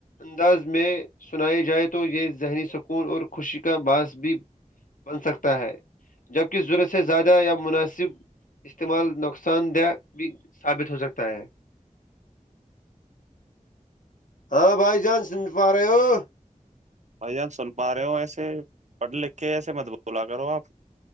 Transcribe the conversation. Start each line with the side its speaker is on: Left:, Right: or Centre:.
Left: انداز میں سنائی جائے تو یہ ذہنی سکون اور خوشی کا باعث بھی بن سکتا ہے جبک ضرورت سے زیادہ یا مناسب استعمال نقصان دہ بھی ثابت ہو سکتا ہے ہاں بھائی جان سن پا رہے ہو
Right: بھائی جان سن پا رہے ہو ایسے پڑھ لکھ کے ایسے متبولا کرو آپ